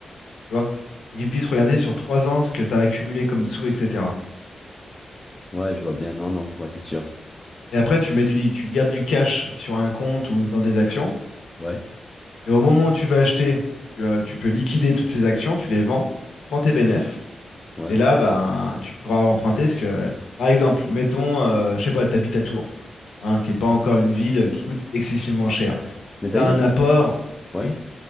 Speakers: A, on the left; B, on the left.
A: tu vois. Faut qu'ils puissent regarder sur trois ans ce que tu as accumulé comme sous, etc.
B: Ouais, je vois bien. Non, non, ouais, c'est sûr.
A: Et après, tu mets du, li- tu gardes du cash sur un compte ou dans des actions.
B: Ouais,
A: Et au moment où tu vas acheter, tu, euh, tu peux liquider toutes ces actions, tu les vends, tu prends tes bénéfices.
B: ouais.
A: Et là, ben, tu pourras emprunter ce que, par exemple, mettons, euh, je sais pas, t'habites à Tours, hein, qui est pas encore une ville qui coûte excessivement cher.
B: Mais d'ailleurs,
A: T'as un apport,
B: ouais,
A: oui,